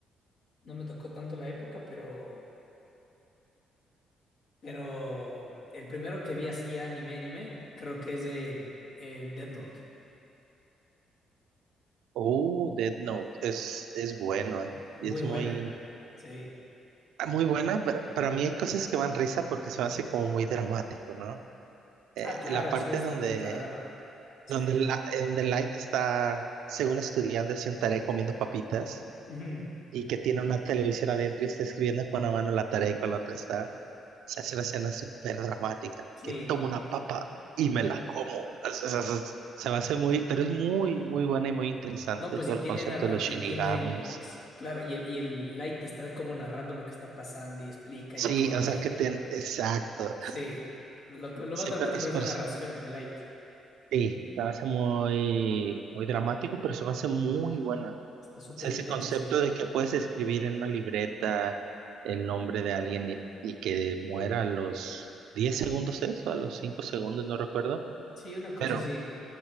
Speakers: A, on the left (about 70°); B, on the right (about 85°).
A: no me tocó tanto la época, pero, pero mm, el primero que vi así anime, anime, creo que es de mm, eh, Death Note.
B: Oh, Death Note. Es, es bueno, ¿eh?
A: Muy
B: Y es
A: buena,
B: muy,
A: sí.
B: muy buena, pero para mí hay cosas que me dan risa porque se me hace como muy dramático, ¿no? Eh,
A: Ah, claro,
B: la parte
A: sí, es
B: donde,
A: un ultradrama. Sí.
B: donde, la, eh, donde Light está, según estudiando, así un tarea comiendo papitas
A: Ujú,
B: y que tiene una televisión adentro y está escribiendo con una mano la tarea y con la otra está. Se hace una escena súper dramática,
A: Sí.
B: que tomo una papa y me la como. Es- es- es- Se me hace muy, pero es muy, muy buena y muy interesante
A: No, pues
B: todo
A: y tiene
B: el concepto
A: narra
B: de los shinigamis.
A: y tiene los. Claro, y el, y el Light está como narrando lo que está pasando y explica
B: Sí,
A: y come.
B: o sea que ten, exacto.
A: Sí. Lo, que- lo
B: Sí,
A: más dramático
B: pero, es-
A: es
B: pero
A: la narración
B: sí,
A: de Light.
B: sí, se me hace muy, muy dramático, pero se me hace muy buena.
A: Está súper
B: sea,
A: bien
B: ese concepto
A: hecha, sí.
B: de que puedes escribir en una libreta el nombre de alguien y, y que muera a los 10 segundos, ¿es? O a los 5 segundos, no recuerdo.
A: Sí, una cosa
B: Pero,
A: sí.